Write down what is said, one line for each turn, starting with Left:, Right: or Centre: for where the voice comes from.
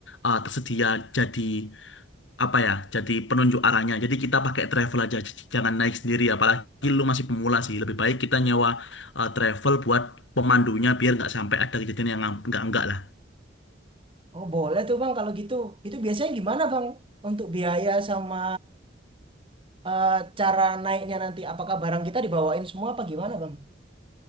Left: eh, tersedia jadi apa ya, jadi penunjuk arahnya. Jadi kita pakai travel aja, j- jangan naik sendiri. Apalagi lu masih pemula sih, lebih baik kita nyewa eh, travel buat pemandunya biar nggak sampai ada kejadian yang nggak nggak lah.
Right: Oh, boleh tuh Bang kalau gitu. Itu biasanya gimana Bang? Untuk biaya sama eh, cara naiknya nanti, apakah barang kita dibawain semua apa gimana Bang?